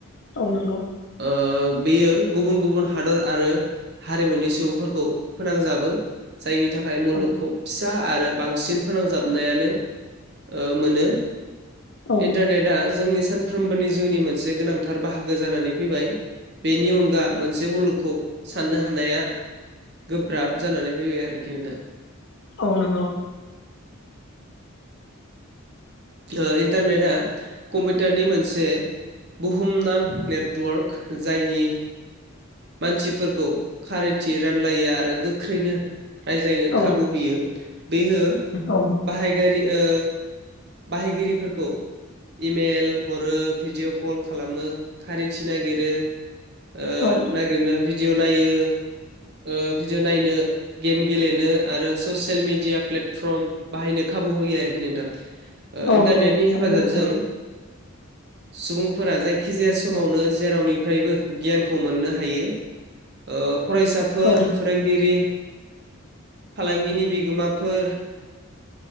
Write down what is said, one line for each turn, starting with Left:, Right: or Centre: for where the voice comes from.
Left: औ नंगौ।
Right: ओ बेयो गुबुन गुबुन हादर आरो हारिमुनि सुबुंफोरखौ फोनांजाबो। जायनि थाखाय मुलुगखौ
Left: औ
Right: फि सा आरो बांसिन फोनांजाबनायानो, ओ मोनो।
Left: औ
Right: इन्टारनेटआ जोंनि सानफ्रोमबोनि जिउनि मोनसे गोनांथार बाहागो जानानै फैबाय। बेनि अनगा मोनसे मुलुगखौ साननो हानाया गोब्राब जानानै फैबाय आरोखि नोंथां।
Left: औ नंगौ।
Right: ओ इन्टारनेटआ कम्पिउटारनि मोनसे बुहुमनां नेटवर्क जायनि मानसिफोरखौ खारैथि रानलायो आरो गोख्रैनो रायज्लायनो
Left: औ
Right: खाबु होयो बेहो
Left: औ
Right: बाहायगारि ओ बाहायगिरिफोरखौ इमेल हरो भिडिअ कल खालामो खारिथि नागिरो। ओ
Left: औ
Right: नागिरनो भिडिअ नायो। ओ भिडिअ नायनो गेम गेलेनो आरो ससियेल मिडिया प्लेटफर्म बाहायनो खा खाबु होयो आरोखि नोंथां ओ
Left: औ
Right: इन्टारनेटनि
Left: नंगौ
Right: हेफाजाबजों
Left: थारैनो नंगौ
Right: सुबुंफोरा जायखिजाया समावनो जेरावनिफ्रायबो गियानखौ मोननो हायो ओ फरायसाफोर
Left: औ
Right: फोरोंगिरि फालांगिनि बिगोमाफोर